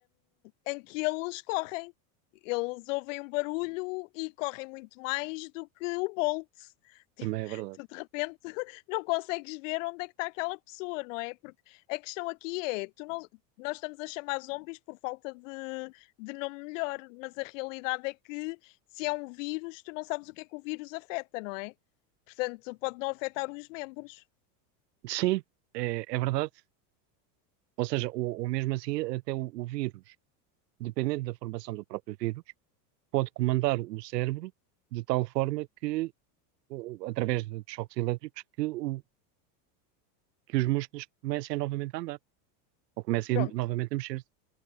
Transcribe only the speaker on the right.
também é verdade.
Sim, é, é verdade Ou seja, ou, ou mesmo assim, até o, o vírus, dependendo da formação do próprio vírus, pode comandar o cérebro de tal forma que, eh, através de choques elétricos, que, o, que os músculos comecem novamente a andar, ou comecem
novamente a mexer-se.